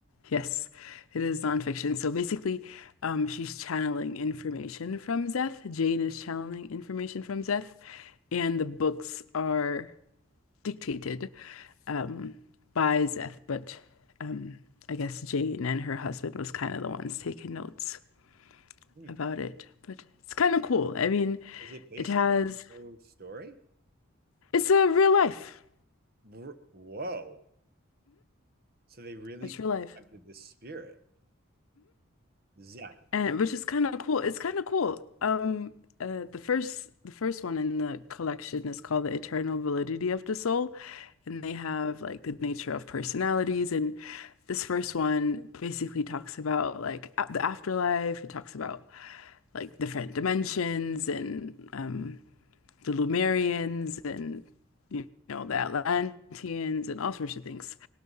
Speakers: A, on the left; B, on the right.
A: Yes, it is nonfiction. So basically, um, she's channeling information from Zeth. Jane is channeling information from Zeth, and the books are dictated um, by Zeth. But um, I guess Jane and her husband was kind of the ones taking notes
B: mm.
A: about it. But it's kind of cool. I mean,
B: Is it based
A: it has,
B: on a true story?
A: it's a real life.
B: Wr- Whoa. So they really
A: It's
B: contacted
A: real life.
B: the spirit. Zeph.
A: And which is kind of cool. It's kind of cool. Um, uh, the first the first one in the collection is called The Eternal Validity of the Soul, and they have like the nature of personalities. And this first one basically talks about like a the afterlife. It talks about like different dimensions and um, the Lumerians and you know the Atlanteans and all sorts of things.